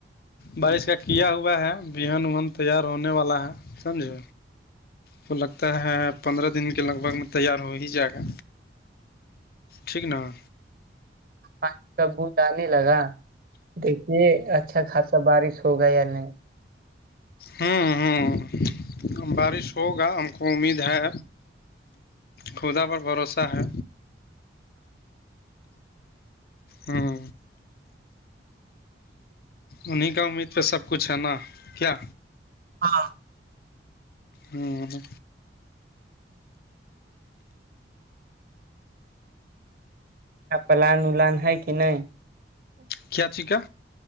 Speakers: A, on the left; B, on the right.
A: بارش کا کیا ہوا ہے بہن وہن تیار ہونے والا ہے سمجھے تو لگتا ہے پندرہ دن کے لگ بھگ میں تیار ہو ہی جائے گا ٹھیک نا
B: پانی کا بند آنے لگا دیکھیے اچھا خاصا بارش ہوگا یا نہیں
A: ہ ہ بارش ہوگا ہم کو امید ہے خدا پر بھروسہ ہے ہاں انہیں کا امید پہ سب کچھ ہے نا کیا
B: ہاں
A: اور
B: اچا پلان ولان ہے کہ نہیں
A: کیایا چکا